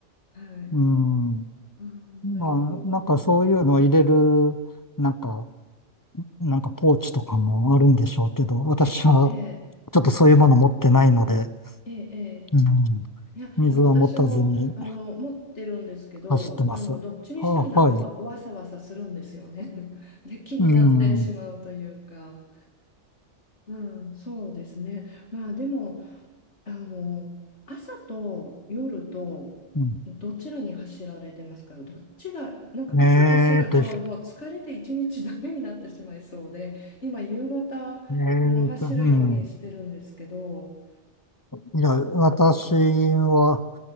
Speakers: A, on the left; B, on the left.
A: はい。
B: うん、
A: あー、なるほど。
B: まあ、なんかそういうのを入れる、なんか、なんかポーチとかもあるんでしょうけど、私は
A: ええ、
B: ちょっとそういうもの持ってないので、
A: ええ、ええ。
B: うん、
A: いや、
B: 水は持たずに
A: あの、私も、あの、持ってるんですけど、
B: 走ってます。
A: あの、
B: はあ、
A: どっちにしてもなんかわ、
B: はい。
A: わさわさするんですよね。<laughs> で、気になってしまうというか、
B: うん、うん、
A: まあ、そうですね。まあ、でも、あの、朝と夜とどちらに走られてますかどっちが、
B: うん
A: なんか朝走るともう疲れて一日ダメになってしまいそうで、
B: えーっと、え
A: 今夕方、あの、
B: ーっと、
A: 走るようにしてるんですけど、
B: うん。いや、私は、